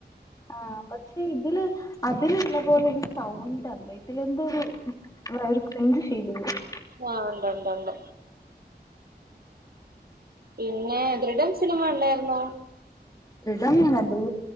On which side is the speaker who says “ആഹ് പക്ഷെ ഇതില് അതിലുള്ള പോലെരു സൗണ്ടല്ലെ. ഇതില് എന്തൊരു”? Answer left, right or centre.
Left